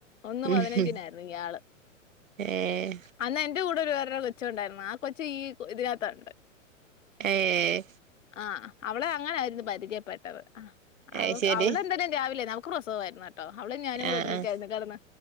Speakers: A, on the left; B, on the right.
A: ഒന്ന്
B: ഉം
A: പതിനഞ്ചിനായിരുന്നു ഇയ്യാള്.
B: ഏഹ്
A: അന്ന് എന്റെ കൂടെ ഒരു വേറൊരു കൊ കൊച്ച് ഉണ്ടായിരുന്നു. ആ കൊച്ചും ഈ ഇതിനാ ത്തണ്ട്
B: ഏഹ്
A: ആ അവളെയും അങ്ങനായിരുന്നു. പരിചയപ്പെട്ടത്
B: അത്
A: അവക്ക്
B: ശരി
A: അവള് എന്തായലും രാവിലെ ആയിരുന്നു അവ പ്രസവായിരുന്ന് ട്ടോ അവളും ഞാനും കൂടെ
B: ആഹ്
A: ഒരുമിച്ചായിരുന്നു
B: ആഹ്
A: കെടന്നേ.